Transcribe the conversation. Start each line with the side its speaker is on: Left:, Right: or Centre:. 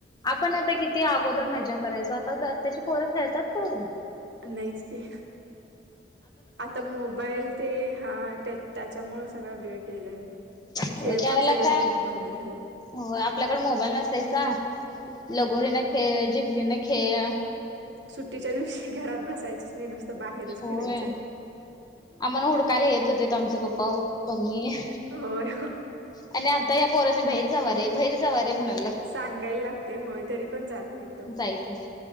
Left: आपण आता किती अगोदर मज्जा करायचो आता, आताची पोरं खेळतात थोडी.
Right: नाहीच की, आता मोबाईल ते हा त्याच त्याच्यामुळे सगळां वेळ गेलाय. खेळ
Left: हो त्याला
Right: पण सगळे
Left: का,
Right: जुने बंद झाले
Left: हो आपल्याकड मोबाईल नसायचा. लगोरी
Right: हम्म
Left: नं खेळ, जिबली नं खेळा
Right: सुट्टीच्या दिवशी घरात बसायचंच नाही, नुसतं बाहेरच
Left: होय
Right: फिरायचं.
Left: आम्हाला हुडकायला येत होतेत आमचे पप्पा मम्मी
Right: होय होय.
Left: आणि आता या पोरा बाहिर जावा रे बाहिर जावा रे म्हणत
Right: सांगायला लागतेय होय, तरी पण जात नाही ते.
Left: जायित नाही,